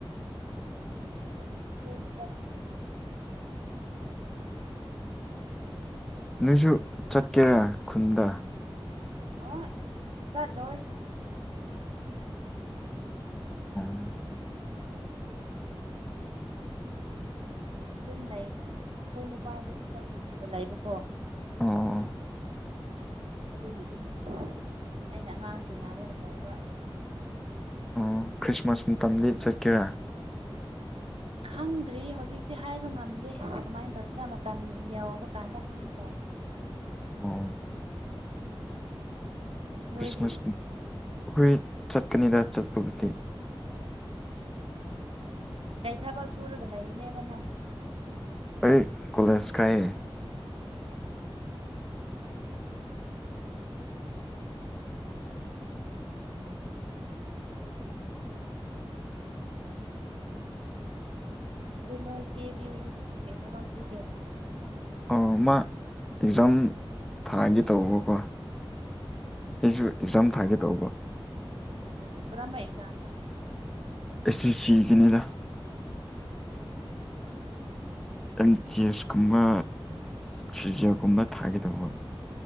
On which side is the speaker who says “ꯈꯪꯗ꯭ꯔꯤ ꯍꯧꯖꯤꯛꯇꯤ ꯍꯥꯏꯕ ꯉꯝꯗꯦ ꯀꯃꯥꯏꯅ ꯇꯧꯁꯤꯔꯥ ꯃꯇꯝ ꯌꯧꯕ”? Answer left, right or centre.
Right